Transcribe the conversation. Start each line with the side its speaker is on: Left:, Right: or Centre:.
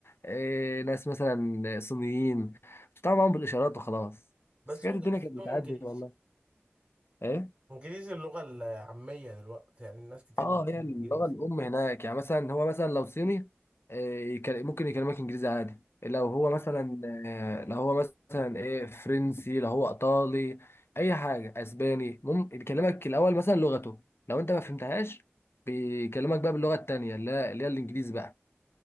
Left: آه، ناس مثلا صينيين بتتعامل معاهم بالإشارات وخلاص
Right: بس
Left: بس كانت
Right: ممكن
Left: الدنيا
Right: تتكلم
Left: كانت بتعدي
Right: انجليزي
Left: والله إيه
Right: انجليزي اللغة العامية دلوقتي يعني الناس كتير
Left: اه
Right: بتتكلم
Left: هي اللغه
Right: انجليزي
Left: الام هناك يعني مثلا هو مثلا لو صيني آه، يكل- ممكن يكلمك انجليزي عادي لو هو مثلا آه، لو هو مثلا ايه فرنسي لو هو ايطالي اي حاجه اسباني ممكن يكلمك الاول مثلا لغته لو انت ما فهمتهاش بيكلمك بقى باللغه التانيه اللي هي اللي هي الانجليزي بقى